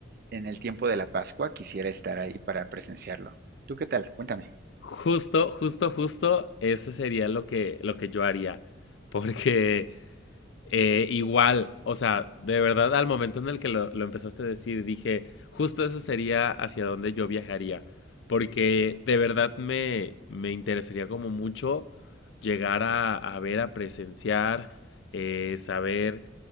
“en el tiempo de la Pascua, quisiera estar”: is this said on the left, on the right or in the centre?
Right